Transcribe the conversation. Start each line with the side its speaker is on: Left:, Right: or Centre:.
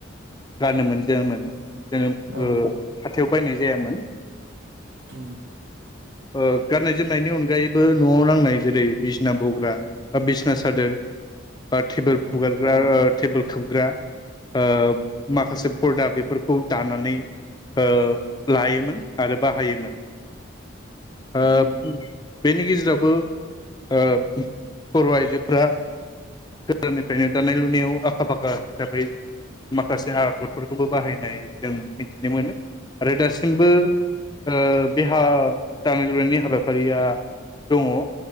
Left: गानोमोन जोमोमोन। जोङो ओ
Right: ओं
Left: हाथायाव बायनाय जायामोन।
Right: उम
Left: औे गाननाय जोमनायनि अनगायैबो नयाव नांनाय जेरै बिसना बग्रा बा बिसना सादोर बा टेबोल
Right: ओं
Left: हुगारग्रा टेबोल खोबग्रा ओ माखासे परदा बेफोर खौ दानानै ओ लायोमोन आरो बाहायोमोन। ओ
Right: उम
Left: बेनि गेजेरावबो ओ बर' आइजोफ्रा गोदोनिफ्रायनो दानाय लुनायाव आखा फाखा हिसाबै माखासे आगरफोरखौबो बाहायनाय जों मिथिनो मोनो आरो दासिमबो ओ बेहा दानाय लुनायनि हाबाफारिया दङ। ओ